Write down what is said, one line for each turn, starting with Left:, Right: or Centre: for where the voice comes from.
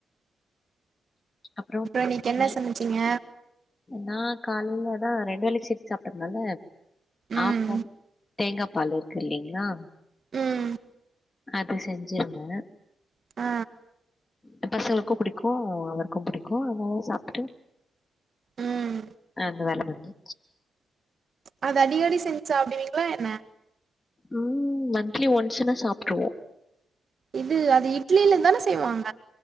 Left: அப்றோ
Right: இன்னைக்கு என்ன
Left: நைட்
Right: சமச்சீங்க
Left: நா காலைலதா ரெண்ட வேல் சிப் சாப்படுதுனால
Right: ம்
Left: ஆப்பம் தேங்கா பால் இருக்கு இல்லைங்களா
Right: ம்
Left: அது செஞ்சிருந்தே
Right: ஆ
Left: ஏ பசங்களுக்கும் புடிக்கும் அவருக்கும் புடிக்கு அதுனால சாப்ட்டு
Right: ம்
Left: ஆ அந்த வேல பண்ணே
Right: அது அடி அடி செஞ்சு சாப்பிடுவீங்களா என்ன
Left: ம் மந்திலி ஒன்ஸ்னா சாப்ட்டுருவோ
Right: இது அது இட்லில தான செய்வாங்க